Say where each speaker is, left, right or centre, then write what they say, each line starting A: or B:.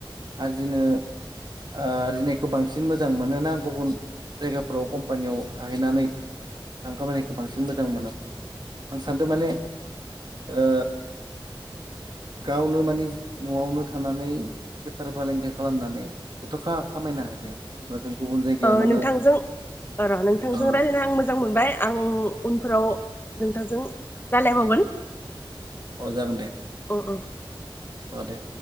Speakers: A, on the right; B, on the left.
A: -आरजिनो- आरजिनायखौ बांसिन मो मोजां मोनोना गुबुन जायगाफोराव कम्पानियाव थाहैनानै आं खामानिखौ बांसिन मोजां मोनो। आं सानदों माने ओ गावनो मानि न'आवनो थानानै बेफार फालांगि खालामनानै जथ'खा खामायनो हायो। <unintelligible> जायगायाव
B: ओ
A: मानो
B: नोंथांजों र' नोंथांजों
A: अ
B: रायज्लायना आं मोजां मोनबाय आं उनफोराव नोंथांजों रालायबावगोन।
A: अ जागोन दे।
B: अ अ
A: अ दे।